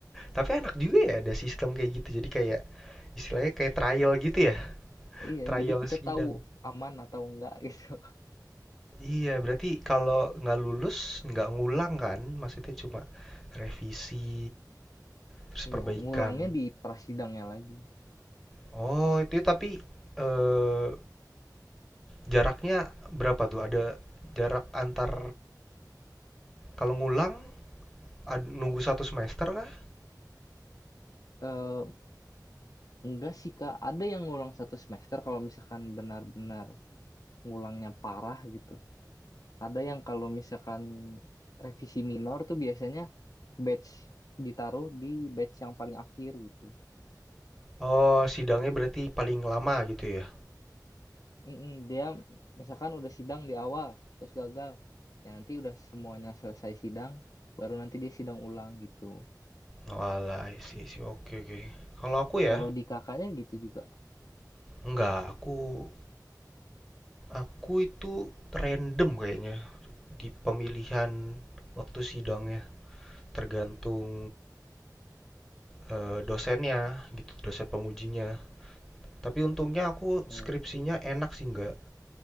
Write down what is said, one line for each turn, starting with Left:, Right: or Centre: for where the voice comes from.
Centre: Tapi enak juga ya ada sistem kayak gitu. Jadi kayak istilahnya kayak trial gitu ya.
Left: Iya,
Centre: Trial
Left: jadi kita
Centre: sidang.
Left: tahu aman atau enggak gitu. <laughs>
Centre: Iya, berarti kalau nggak lulus nggak ngulang kan? Maksudnya cuma revisi terus
Left: Iya,
Centre: perbaikan.
Left: ngulangnya di prasidangnya lagi.
Centre: Oh, itu tapi eh, jaraknya berapa tuh? Ada jarak antar kalau ngulang ad- nunggu satu semester kah?
Left: Eh, enggak sih Kak, ada yang ngulang satu semester kalau misalkan benar-benar ngulangnya parah gitu. Ada yang kalau misalkan revisi minor tuh biasanya batch ditaruh di batch yang paling akhir gitu.
Centre: Oh, sidangnya berarti paling lama gitu ya?
Left: Mm-mm, dia misalkan udah sidang di awal terus gagal, ya nanti udah semuanya selesai sidang, baru nanti dia sidang ulang gitu.
Centre: Walah, sih sih. Oke, oke. Kalau aku ya,
Left: Kalau di kakaknya gitu juga.
Centre: enggak. Aku aku itu random kayaknya di pemilihan waktu sidangnya, tergantung eh, dosennya gitu, dosen pengujinya. Tapi untungnya aku
Left: Oh,
Centre: skripsinya enak sih, enggak